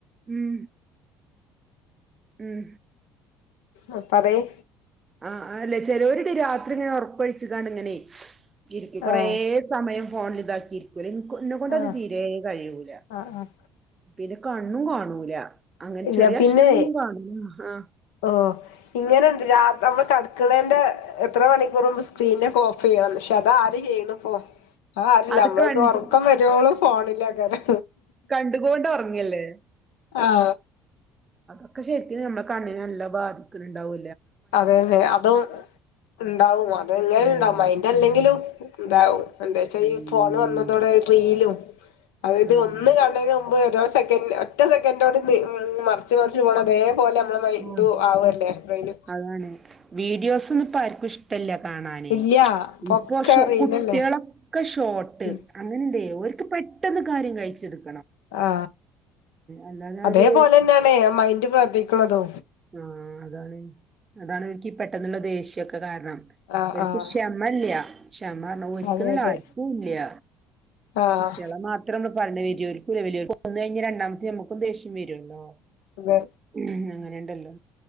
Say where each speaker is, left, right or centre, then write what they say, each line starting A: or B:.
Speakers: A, on the right; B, on the left.
A: മ് മ്
B: ആ പറയ്.
A: ആ അല്ലെ ചെലോരിക്ക് രാത്രി ഇങ്ങനെ ഒറക്കൊഴിച്ചിക്കാണ്ട് ഇങ്ങനെ. ഇരിക്കും കൊറേ
B: ആഹ്
A: സമയം ഫോണിലിതാക്കിയിരിക്കൂലെ ൻ ന്നെ കൊണ്ട്
B: ആഹ്
A: അത് തീരേ കഴിയൂല
B: ആഹ് ആഹ്
A: പിന്നെ കണ്ണും കാണൂല അങ്ങനെ
B: ഇല്ല
A: ചെറിയ
B: പിന്നെ
A: അക്ഷരങ്ങളൊന്നും <unintelligible> ആ
B: ഓ ഇങ്ങനെയൊണ്ട് രാ നമ്മള് കെടക്കാണേന്റെ എത്ര മണിക്കൂറുമ്പ് സ്ക്രീനോക്കെ ഓഫ്‌ ചെയ്യണം പക്ഷെ അത് ആര് ചെയ്യണിപ്പോ ആ ആരല്ല
A: അത്
B: മ്മള്ക്ക്
A: കണ്ട്
B: ഒറക്കം വരുവോളം ഫോണിലങ്ങനെ
A: കണ്ടുകൊണ്ട് ഒറങ്ങല്ലേ
B: ആ ആ
A: ഒക്കെ ശെരിക്ക് മ്മളെ കണ്ണിന് നല്ല ബാധിക്ക്ണ്‌ണ്ടാവൂ
B: അതെ അതെ അതു ഇണ്ടാവും അത് <unintelligible>
A: ഉം
B: മൈന്റ് അല്ലെങ്കിലും എന്താവും എന്തെച്ചാ
A: ഉം
B: ഈ ഫോണ് വന്നതോടെ റീലും അതായത്
A: ആഹ്
B: ഒന്ന് കണ്ടയ്ന് <unintelligible> സെക്കൻ ഒറ്റ സെക്കന്റോണ്ട് നി മർച്ച് മർച്ച് പോണ <unintelligible> പോലെ മ്മളെ മൈ
A: ആഹ്
B: ഇതു ആവ്ല്ലേ ബ്രെയ്
A: അതാണ് വീഡിയോസൊന്നും ഇപ്പ ആർക്കും ഇഷ്ട്ടല്ല. കാണാനേ
B: ഇല്ല പൊക്കെ
A: ഇപ്പൊ ഷോ
B: റീലല്ലേ
A: കുട്ടിളൊക്കെ ഷോട്ട്
B: ഉം
A: അങ്ങനെന്തേ ഓൽക്ക് പെട്ടെന്ന് കാര്യം കഴിച്ചിടും.
B: ആ
A: അല്ലാതെ
B: അതേ
A: ഒരു
B: പോലെന്നേണ് മൈന്റ് പ്രവർത്തിക്ണതും
A: ആ അതാണ് അതാണ് എനിക്ക് പെട്ടെന്നുള്ള ദേഷ്യൊക്കെ കാര ണം
B: ആഹ്
A: ഒക്ക്
B: ആഹ്
A: ക്ഷമല്ല ക്ഷമ പറ ഒരിക്കും
B: അതെ
A: നല്ല
B: അതെ
A: ആർക്കും ഇല്ല
B: ആഹ്
A: കുട്ടള മാത്രം പറ വര കുലല ഒന്ന കഴിഞ്ഞ രണ്ടാമത്തെ നമ്മുും ദേഷ്യം വരുണ്ടോ
B: അതെ
A: <inaudible> ഉം ഉം അങ്ങനെണ് ണ്ടല്ലോ